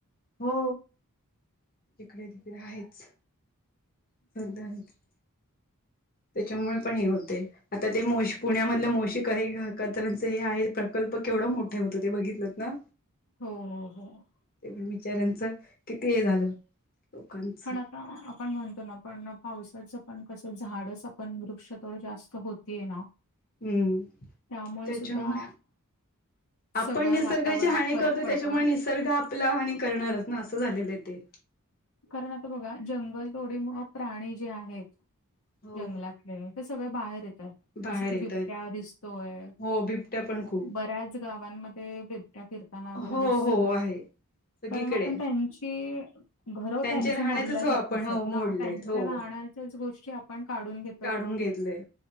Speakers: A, on the left; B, on the left.
A: हो. जिकडे तिकडे आहेच. <unintelligible> त्याच्यामुळे पण हे होते आता ते मोशी पुण्यामधलं मोशिक आहे काचऱ्यांचे हे आहेत प्रकल्प केवढं मोठे होतं ते बघितलंत ना.
B: हो, हो, हो.
A: ते पण बिचार्यांचं किती हे झालं लोकांच.
B: पण आता आपण म्हणतो ना पण पावसाचं पण कसं झाडाच पण वृक्ष थोडं जास्त होत ते ना
A: हम्म
B: त्यामुळे
A: त्याच्यामुळे
B: सुद्धा
A: आपण
B: सगळं
A: निसर्गाची
B: वातावरणात
A: हानी
B: फरक
A: करतो
B: पडतोय.
A: त्याच्यामुळे निसर्ग आपला आणि करणारच ना असं झालेलं आहे ते.
B: कारण आता बघा जंगल तोडीमुळ प्राणी जे आहेत
A: हो
B: जंगलात. ते सगळे बाहेर येतात
A: बाहेर
B: जस की
A: येत
B: बिबट्या
A: आहेत
B: दिसतोय
A: हो बिबट्या पण खूप
B: बऱ्याच गावांमध्ये बिबट्या फिरताना वगैरे
A: हो
B: दिसत
A: हो आहे सगळीकडे
B: कारण आपण त्यां की घर
A: त्यांचे
B: त्यांची
A: राहण्याचेच
B: मोडल्यासारखच
A: हो आपण हो
B: आहेत
A: मोडलेत
B: ना त्यांच्या
A: हो
B: राहण्याच्याच गोष्टी आपण काढून घेत.
A: काढून घेतले आहे